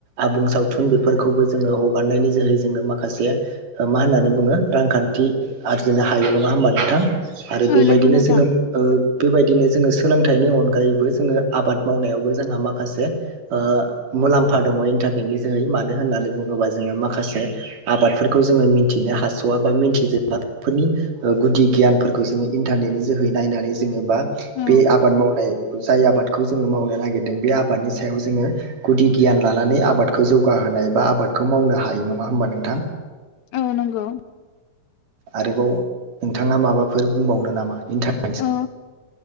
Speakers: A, on the right; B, on the left.
A: आबुं सावथुन बेफोरखौबो जोङो हगारनायनि जोहै जोङो माखासे मा होननानै बुङो रांखान्थि आरजिनो हायो नङा होमबा नोंथां आरो बेबायदिनो
B: औ नंगौ नोंथां
A: जोङो ओ बेबायदिनो जोङो सोलोंथाइनि अनगायैबो जोङो आबाद मावनायावबो जोंहा माखासे ओ मुलाम्फा दङ इन्टारनेटनि जोहै मानो होननानै बुङोब्ला जोङो माखासे आबादफोरखौ जोङो मिथिनो हास'वा बा मिन्थिजोबा बेफोरनि गुदि गियानफोरखौ जोङो इन्टारनेटनि जोहै नायनानै जोङो बा
B: औ
A: बे आबाद मावनाय जाय आबादखौ जोङो मावनो नागिरदों बे आबादनि सायाव जोङो गुदि गियान लानानै आबादखौ जौगाहोनाय बा आबादखौ मावनो हायो नङा होमबा नोंथां
B: औ नंगौ
A: आरोबाव नोंथाङा माबाफोर बुंबावनो नामा? इन् थाखायारस
B: औ